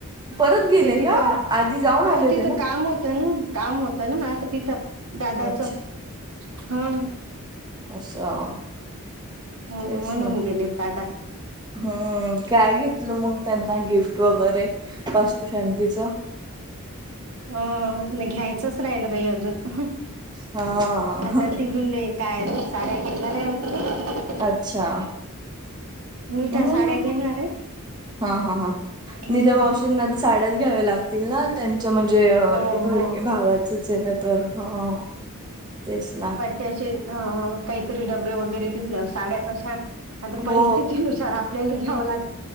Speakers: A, on the right (about 20°); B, on the right (about 80°).
A: परत गेले
B: ते तिथं
A: का आधी जाऊन
B: हो
A: आले होते
B: तिथं
A: ना
B: काम होतं ना काम होतं ना हा तिथं. दादाचा
A: अच्छा
B: हा.
A: असं
B: हम्म
A: तेच
B: म्हणून
A: ना
B: गेलेत दादा.
A: हम्म काय घेतलं मंग त्यांना गिफ्ट वगैरे तस तू शांतीचा
B: अ नाही घ्यायचंच राहिल बाई अजून
A: हा
B: आता ती गेले. काय नाय साड्या घेणार आहे वाटतं.
A: अच्छा
B: नीता
A: हम्म
B: साड्या घेणार आहे
A: हा हा हा
B: हं.
A: निदा मावशी तिन्नाच तर साड्याच घ्याव्या लागतील ना. त्यांच्या म्हणजे अ
B: हो
A: हे भय
B: हो
A: हे भावाचच आहे ना तर हा हा तेच ना.
B: तसेच हा हा काहीतरी डब्बे वगैरे <unintelligible> साड्या कश्या आता
A: हो
B: परिस्थिती नुसा तर आपल्याला घ्यावं लाग